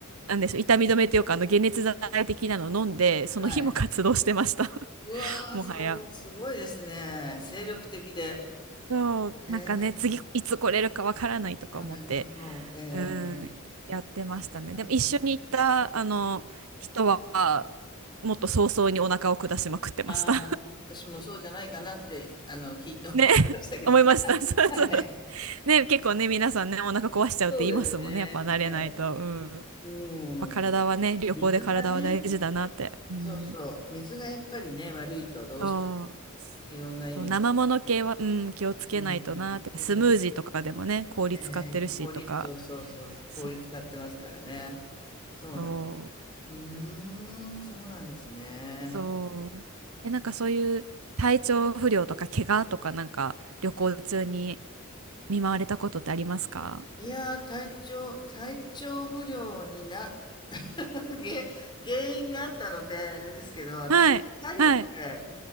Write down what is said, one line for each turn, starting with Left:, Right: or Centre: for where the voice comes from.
Right: なんでしょう、痛み止めっていうか、あの、解熱剤的なのを飲んで、その日も活動してました、
Left: え、はい。
Right: <laughs>
Left: うわ、
Right: もはや。
Left: そう、すごいですね。精力的で。
Right: そう、
Left: ええ、
Right: なんかね、次いつ来れるかわからないとか思って。
Left: あ、なるほど。ええええええ。
Right: うん、やってましたね。
Left: そうなんです。
Right: でも一緒に行ったあの人はもっと早々にお腹を下しまくってました。
Left: ああ、私もそうじゃないかなって、あの、聞いて思いましたけど。
Right: <laughs> ね、思いました。<laughs> そうそう。
Left: はい。
Right: ね、結構ね、皆さんね、お腹壊しちゃうって言いますもんね。
Left: そうですね、
Right: やっぱ慣れないと。うん。やっ
Left: ええ。うん。
Right: ぱ体はね、旅行で体は大事だなって。
Left: 水がね、
Right: うん。
Left: そうそう、水がやっぱりね、悪いとどうしても、
Right: そう。
Left: いろんな意味で。
Right: そう、生もの系は、うん、気をつけないとなって。
Left: うん、うん、そうです。
Right: スムージーとかでもね、氷使ってるしとか。
Left: ええ氷そうそうそうそう、
Right: そ
Left: 氷使ってますからね。そうなんですよ。
Right: う。
Left: うーん、そうなんですね。
Right: そう。え、なんかそういう体調不良とか怪我とかなんか旅行中に見舞われたことってありますか
Left: いやー、体調体調不良にな <laughs> げ原因があったので、あれですけど、私、
Right: はい、
Left: パリで
Right: はい、